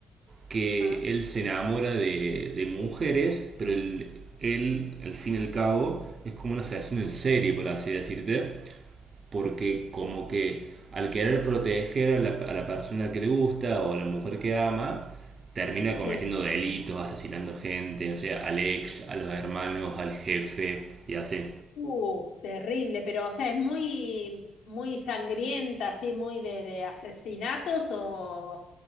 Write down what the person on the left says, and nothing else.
Ajá.
Sí.
Uh, terrible, pero o sea, es muy, muy sangrienta, así, muy de, de asesinatos o,